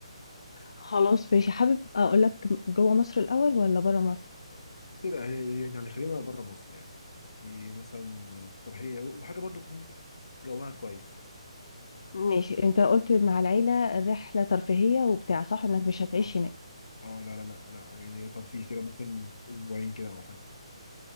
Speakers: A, on the left; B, on the left.
A: خلاص ماشي حابب اقول لك جوه مصر الاول ولا بره مصر
B: بس لا هي- يعني خلينا بره مصر يعني انت مثلا تقترحي لي وحاجة برضو يكون جواها كويس يعني
A: ماشي انت قلت مع العيله رحله ترفيهيه وبتاع صح انك مش هتعيش
B: اه.
A: هناك
B: اه لا لا لا انا يعني ترفيه كده ممكن اسبوعين كده او حاجه